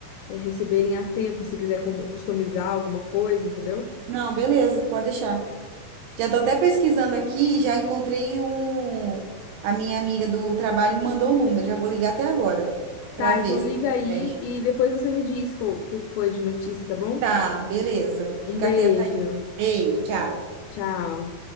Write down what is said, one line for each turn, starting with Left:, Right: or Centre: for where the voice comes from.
Left: é, receberem a tempo, se quiser cu- customizar alguma coisa, entendeu?
Right: Não, beleza, pode deixar. Já tô até pesquisando aqui, já encontrei um. A minha amiga do trabalho me mandou o número. Já vou ligar até agora pra
Left: Tá,
Right: ver
Left: então
Right: se
Left: liga aí
Right: pede.
Left: e depois você me diz co- o que que foi de notícia, tá bom?
Right: Tá, beleza.
Left: Um
Right: Fica
Left: beijo,
Right: atenta aí. Beijo, tchau.
Left: tchau.